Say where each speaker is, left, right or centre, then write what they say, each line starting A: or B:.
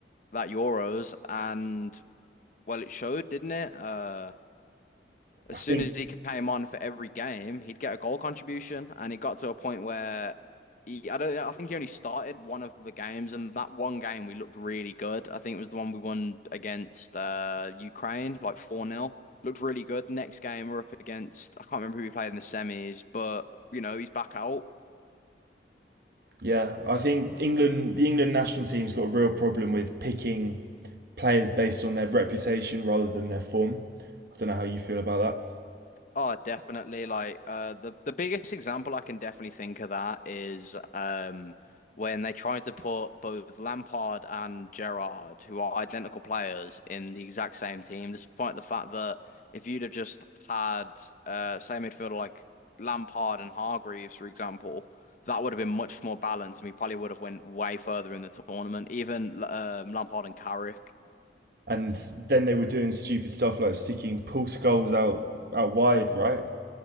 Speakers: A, on the left; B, on the right.
A: that Euros, and well, it showed, didn't it? Uh, as
B: I think
A: soon as he came on for every game, he'd get a goal contribution, and it got to a point where he, I don't, I think he only started one of the games, and that one game we looked really good. I think it was the one we won against uh, Ukraine, like 4 nil. Looked really good. Next game we're up against, I can't remember who we played in the semis, but you know he's back out.
B: yeah, I think England, the England national team's got a real problem with picking players based on their reputation rather than their form. I don't know how you feel about that.
A: Oh, definitely. Like uh, the the biggest example I can definitely think of that is um, when they tried to put both Lampard and Gerrard, who are identical players, in the exact same team, despite the fact that if you'd have just had uh, say midfielder like Lampard and Hargreaves, for example, that would have been much more balanced, and we probably would have went way further in the tournament. Even um, Lampard and Carrick.
B: And then they were doing stupid stuff like sticking Paul Skulls out out wide, right?